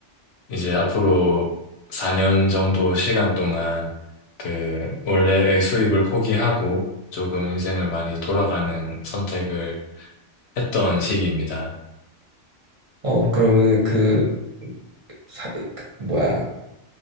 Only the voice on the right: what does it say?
어, 그러면은 그, 사, 그 뭐야,